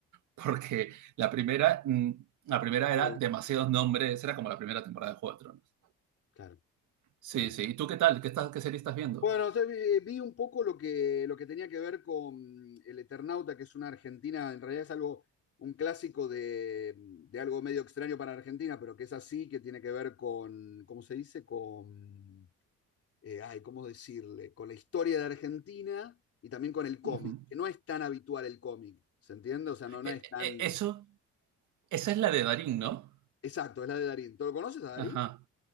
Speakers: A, on the right; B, on the left.
A: porque la primera, mm, la primera
B: No jugué.
A: era demasiados nombres, era como la primera temporada de Juego de Tronos.
B: claro,
A: Sí,
B: claro.
A: sí. ¿Y tú qué tal? ¿Qué, estás, qué serie estás viendo?
B: Bueno, o sea, vi, eh, vi un poco lo que, lo que tenía que ver con El Eternauta, que es una Argentina, en realidad es algo, un clásico de, de algo medio extraño para Argentina, pero que es así, que tiene que ver con, ¿cómo se dice? Con, eh, ay, ¿cómo decirle? Con la historia de Argentina y también con el cómic,
A: Uh -huh.
B: que no es tan habitual el cómic, ¿se entiende? O sea, no, no
A: eh,
B: es tan...
A: eh, eso, esa es la de Darín, ¿no?
B: Exacto, es la de Darín. ¿Tú lo conoces a Darín?
A: Ajá.